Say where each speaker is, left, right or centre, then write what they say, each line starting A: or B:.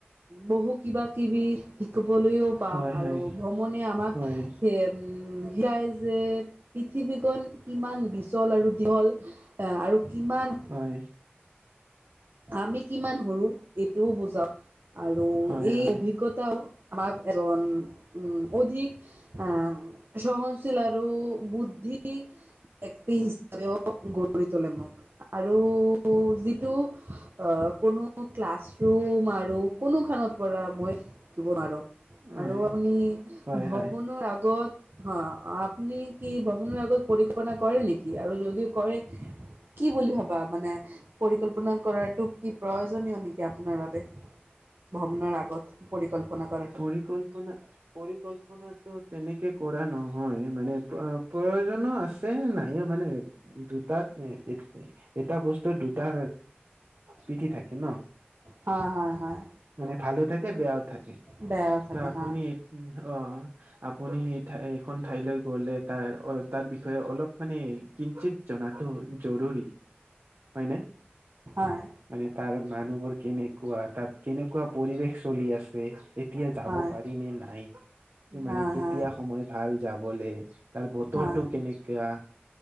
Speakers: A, on the right; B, on the right.
A: বহু কিবা কিবি শিকিবলৈও পাওঁ
B: হয়
A: আৰু
B: হয়
A: ভ্ৰমণে আমাক
B: হয়
A: সেই সেয়াই যে পৃথিৱীখন কিমান বিচল আৰু দীঘল আৰু কিমান
B: হয়।
A: আমি কিমান সৰু এইটোও বুজাও। আৰু
B: হয়
A: এই
B: হয়
A: অভিজ্ঞতাও আমাক এজন উম অধিক আহ সহনশীল আৰু বুদ্ধি টি ব্যক্তি হিচাপেও গঢ়ি তোলিব আৰু যি তো অ কোনো ক্লাছৰুম আৰু কোনো খেনত পৰা মই দিব নোৱাৰোঁ।
B: হয়
A: আৰু আপুনি
B: হয়
A: ভ্ৰমণৰ
B: হয়
A: আগত হা আ আপুনি কি ভ্ৰমণৰ আগত পৰিকল্পনা কৰে নেকি আৰু যদিও কৰে। কি বুলি ভাবা মানে পৰিকল্পনা কৰাতো প্ৰয়োজনীয় নেকি আপোনাৰ বাবে ভ্ৰমণৰ আগত পৰিকল্পনা। কৰাটো
B: পৰিকল্পনা পৰিকল্পনাটো তেনেকে কৰা ন। হয় মানে প্ৰয়োজনো আছে নাইও মানে দুটাত। এটা বস্তু দুটা পিঠি থাকে ন।
A: হয় হয় হয়
B: মানে ভালো থাকে বেয়াও থাকে।
A: বেয়াও থাকে
B: ত আপুনি
A: হা।
B: অ আপুনি সেই ঠাই এখন ঠাইলৈ গলে তাৰ অ তাৰ বিষয়ে অলপ মানে কিঞ্চিত জনাটো জৰুৰী। হয় নে
A: হয়
B: মানে তাৰ মানুহবোৰ কেনেকুৱা তাত কেনেকুৱা পৰিৱেশ চলি আছে এতিয়া যাব
A: হয়
B: পাৰিনে নাই। এই মানে
A: হয়
B: কেতিয়া
A: হয়
B: সময় ভাল যাবলে, তাৰ বতৰটো
A: হয়
B: কেনেকা